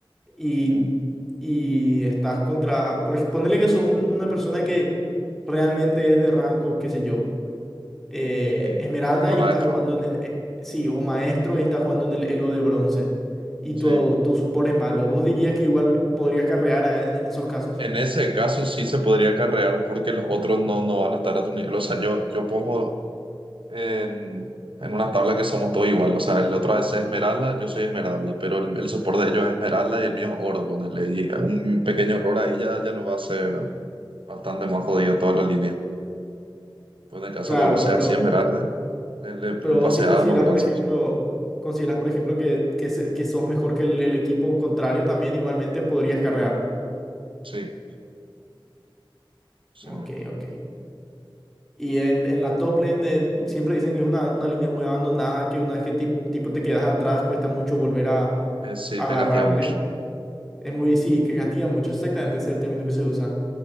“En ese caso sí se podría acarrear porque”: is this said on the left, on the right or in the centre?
Right